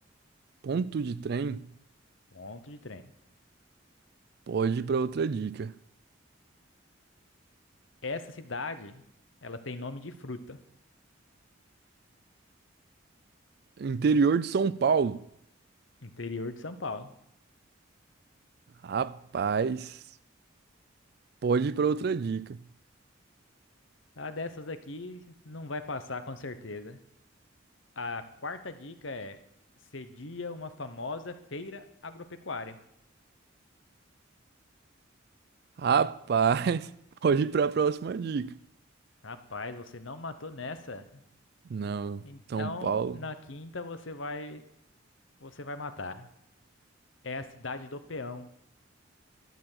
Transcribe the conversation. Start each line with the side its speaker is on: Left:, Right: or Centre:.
Right: Ponto de trem?
Left: Ponto de trem.
Right: Pode ir para outra dica.
Left: Essa cidade, ela tem nome de fruta,
Right: Interior de São Paulo.
Left: interior de São Paulo.
Right: Rapaz, pode ir para outra dica.
Left: A dessas daqui não vai passar com certeza. A quarta dica é cedia uma famosa feira agropecuária.
Right: Rapaz, <laughs> pode ir para a próxima dica.
Left: Rapaz, você não matou nessa.
Right: Não,
Left: Então,
Right: São Paulo.
Left: na quinta você vai você vai matar. É a cidade do Peão.